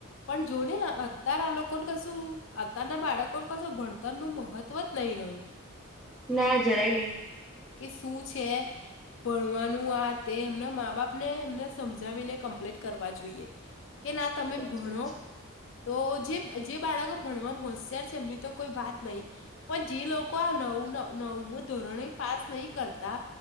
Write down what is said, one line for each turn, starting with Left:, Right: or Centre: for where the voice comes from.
Left: પણ જો ને અતાર આ લોકોને કશું અતારના બાળકો કશું ભણતર નું મહત્વ જ નહી રહ્યું.
Centre: ના જરાય નહી.
Left: કે શું છે ભણવાનું આ તે એમને મા બાપ ને એમને સમજાવીને કમ્પ્લીટ કરવા જોઈએ. કે ના તમે
Centre: સાચી
Left: ભણો.
Centre: વાત છે
Left: તો જે જે બાળકો ભણવા હોશિયાર છે એમની તો કોઈ વાત નહીિ પણ જે લોકો આ નવું નવમું ધોરણે પાસ નહી કરતા